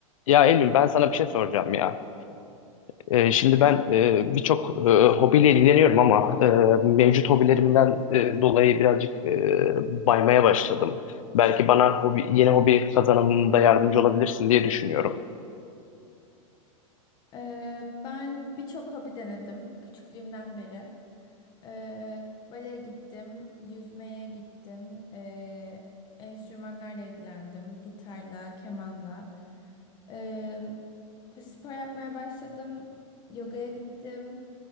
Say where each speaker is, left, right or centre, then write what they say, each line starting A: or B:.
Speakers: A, on the left; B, on the left.
A: Ya Eylül ben sana bir şey soracağım ya. Ee, şimdi ben e, birçok e, hobiyle ilgileniyorum ama e, mevcut hobilerimden e, dolayı birazcık e, baymaya başladım. Belki bana hobi, yeni hobi kazanımında yardımcı olabilirsin diye düşünüyorum.
B: Ee, ben birçok hobi denedim küçüklüğümden beri. Ee, baleye gittim, yüzmeye gittim, ee, enstrümanlarla ilgilendim, gitarla, kemanla. Ee, spor yapmaya başladım, yogaya gittim,